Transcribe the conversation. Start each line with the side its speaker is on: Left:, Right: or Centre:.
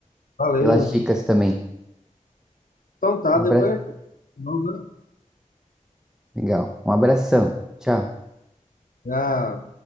Left: Valeu.
Centre: Pelas dicas também.
Left: Então tá,
Centre: Um abra...
Left: depois a gente continua, né?
Centre: Legal. Um abração. Tchau.
Left: Já